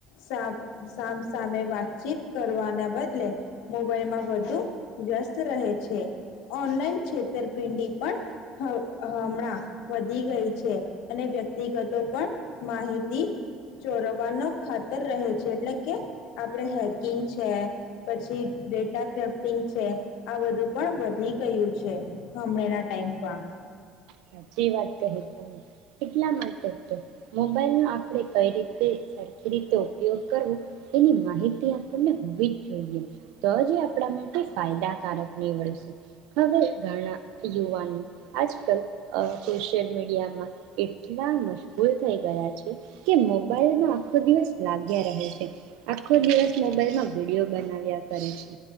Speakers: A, on the left (about 80°); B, on the right (about 80°).
A: સામ સામસામે વાતચીત કરવાના બદલે મોબાઈલમાં વધુ વ્યસ્ત રહે છે, ઓનલાઈન છેતરપિંડી પણ હ હમણાં વધી ગઈ છે અને વ્યક્તિગતો પણ માહિતી ચોરવાનો ખતર રહે છે એટલે કે આપણે હેકિંગ છે, પછી ડેટા થેફ્ટિંગ છે, આ બધું પણ વધી ગયું છે, હમણાના ટાઈમ પર
B: સાચી વાત કહી તમે એટલા માટે જ તો મોબાઈલનું આ આપણે કઈ રીતે સરખી રીતે ઉ પયોગ કરવો એની માહિતી આપણને હોવી જ જોઈએ, તો જ એ આપણા માટે ફાયદાકારક નીવડશે, હવે ઘણા યુવાનો આજકાલ અહ સોશિયલ મીડિયામાં. એટલા મશગૂલ થઈ ગયા છે કે મોબાઈલમાં આખો દિવસ લાગ્યા રહે છે. આખો દિવસ મોબાઈલમાં વિડીયો બનાવ્યા કરે છે.